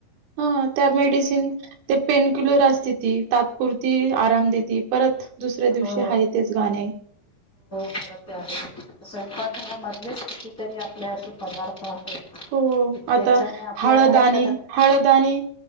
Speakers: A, on the right (about 80°); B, on the left (about 20°).
A: हा त्या मेडिसिन ते पेनकिलर असते ती, पुरती आराम देती. परत दुसऱ्या दिवशी
B: हो
A: हाय तेच गाणे.
B: खरं ते आहेच. स्वयंपाक घरामधलेच कितीतरी आपले असे पदार्थ आहेत,
A: हो
B: की त्याच्याने
A: आता
B: आपल्या
A: हळदआणि
B: घरातल्या घरात
A: हळद आणि